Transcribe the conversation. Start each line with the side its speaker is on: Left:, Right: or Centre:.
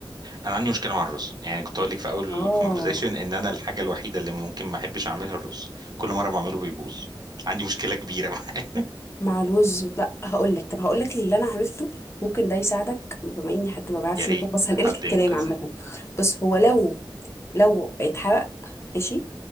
Right: انا عندي مشكله مع الرز يعني كنت هقول لك في اول
Left: اه
Right: الكونفرزيشن ان انا الحاجه الوحيده اللي ممكن ما احبش اعملها الرز كل مره بعمله بيبوظ عندي مشكله كبيره معاه.
Left: مع الوز لا هقول لك طب هقول لك اللي انا عرفته ممكن ده يساعدك بما اني حد
Right: <laughs>
Left: ما بعرفش
Right: يا ريت
Left: يطبخ بس هنقلك
Right: حد
Left: الكلام
Right: ينقذني
Left: عامه بس هو لو لو اتحرق ماشي